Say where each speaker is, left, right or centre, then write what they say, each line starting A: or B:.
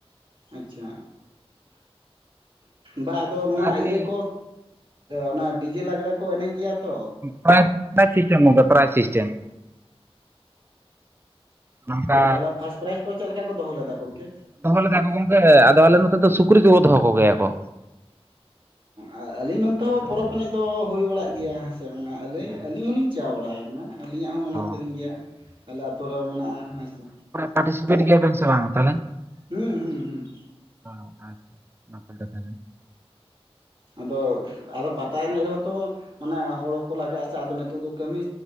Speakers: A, on the right (about 50°); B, on the right (about 20°).
A: ᱟᱪᱪᱷᱟ ᱵᱟᱫᱽ ᱟᱫᱚ ᱱᱚᱣᱟ
B: ᱟᱨᱠᱤ
A: ᱤᱭᱟᱹ ᱠᱚ ᱚᱱᱟ ᱰᱤᱡᱮ ᱞᱟᱜᱽᱬᱮ ᱠᱚ ᱮᱱᱮᱡ ᱜᱮᱭᱟ ᱛᱚ
B: ᱯᱨᱟᱭ ᱯᱨᱟᱭ ᱥᱤᱥᱴᱢ ᱱᱚᱣᱟ ᱫᱚ ᱯᱨᱟᱭ ᱥᱤᱥᱴᱢ ᱱᱚᱝᱠᱟ
A: ᱚᱸᱻ ᱛᱟᱦᱚᱞᱮ ᱯᱷᱟᱥᱴ ᱯᱨᱟᱭᱤᱡᱽ ᱠᱚ ᱪᱮᱫ ᱞᱮᱠᱟ ᱠᱚ ᱫᱚᱦᱚ ᱞᱮᱫᱟ ᱜᱚᱢᱠᱮ
B: ᱫᱚᱦᱚ ᱞᱮᱫᱟ ᱠᱚ ᱜᱚᱢᱠᱮ ᱟᱫᱚ ᱟᱞᱮ ᱱᱚᱛᱮ ᱫᱚ ᱥᱩᱠᱨᱤ ᱠᱚᱵᱚ ᱫᱚᱦᱚ ᱠᱚᱜᱮᱭᱟ ᱠᱚ
A: ᱟᱨ ᱟᱹᱞᱤᱧ ᱱᱚᱱᱛᱮ ᱦᱚᱸ
B: ᱢᱟᱱᱮ
A: ᱯᱚᱨᱚᱵᱽ ᱮᱱᱮᱡ ᱫᱚ ᱦᱩᱭ ᱵᱟᱲᱟᱜ ᱜᱮᱭᱟ ᱦᱮᱸ ᱥᱮ ᱢᱟᱱᱮ ᱟᱹᱞᱤᱧ
B: ᱦᱮᱸ
A: ᱟᱹᱞᱤᱧ ᱦᱚᱸᱞᱤᱧ ᱪᱟ ᱵᱟᱲᱟ ᱠᱟᱱᱟ ᱟᱹᱞᱤᱧᱟᱜ ᱦᱚᱸ ᱢᱮᱱᱟᱜ
B: ᱚ
A: ᱛᱟᱹᱞᱤᱧ ᱜᱮᱭᱟ ᱟᱞᱮ ᱟ ᱟᱹᱛᱩ ᱨᱮᱦᱚᱸ ᱢᱮᱱᱟᱜᱼᱟ ᱦᱮᱸ ᱥᱮ
B: ᱯᱴᱤᱥᱤᱯᱮᱴ ᱜᱮᱭᱟ ᱵᱮᱱ ᱥᱮ ᱵᱟᱝᱟ ᱛᱟᱦᱚᱞᱮ
A: ᱦᱩᱸ ᱦᱩᱸ ᱦᱩᱸ
B: <inaudible>
A: ᱟᱫᱚ ᱟᱫᱚ ᱯᱟ ᱛᱟᱭ ᱮᱱᱮᱡ ᱨᱮᱦᱚᱸ ᱛᱚ ᱢᱟᱱᱮ ᱦᱚᱲ ᱦᱚᱠᱚ ᱞᱟᱜᱟᱜᱼᱟ ᱥᱮ ᱟᱫᱚ ᱱᱤᱛᱚᱜ ᱫᱚ ᱠᱟᱹᱢᱤ